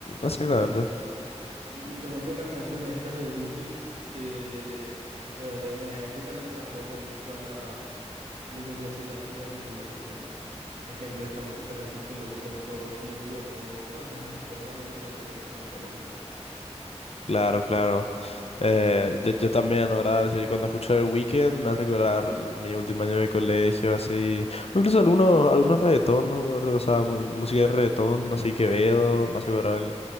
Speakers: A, on the left; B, on the right.
A: exactamente.
B: Y por ejemplo, las canciones estas de Duki, que de, de, de, de, de una época me transportan mucho a la, a lo que vendría a ser la época de mi colegio, ¿verdad? Por ejemplo, esta, mu- esta canción Hello Koto, She Don't Give a Fuck, todas esas me transportan a lo que vendría a ser mi época de colegio.
A: Claro, claro. Eh, yo, yo también, ahora sí, cuando escucho The Weeknd me hace acordar mi último año de colegio, así. O incluso algunos, algunos reggaetón, o sea, mu- música de reggaetón, así Quevedo, me hace acordar el-